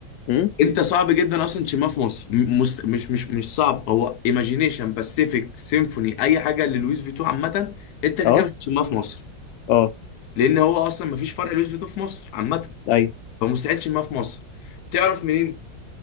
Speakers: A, on the left; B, on the left.
A: امم
B: انت صعب جدا اصلا تشمها في مصر م- مس- مش مش مش صعب هو ايماجينيشن باسيفيك سيمفوني اي حاجه للويس فيتو عامه انت كده
A: اه
B: كده مش هتشمها في مصر
A: اه
B: لان هو اصلا مفيش فرق لويس فيتو في مصر عامه
A: ايوه
B: فمستحيل تشمها في مصر تعرف منين